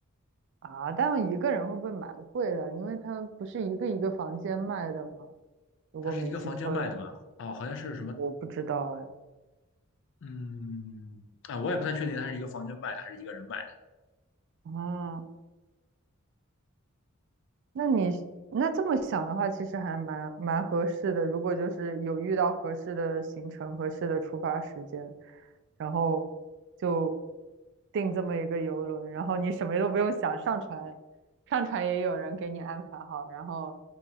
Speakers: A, on the right; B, on the left.
A: 啊，但一个人会不会蛮贵的？因为它不是一个一个房间卖的吗？如果没记错的，
B: 它是一个房间卖的嘛，哦，好像是什么，
A: 我不知道哎。
B: 嗯，啊，我也不太确定它是一个房间卖的还是一个人卖。
A: 啊，那你是那这么想的话，其实还蛮蛮合适的。如果就是有遇到合适的行程、合适的出发时间，然后就订这么一个游轮，然后你什么都不用想，上船上船也有人给你安排好，然后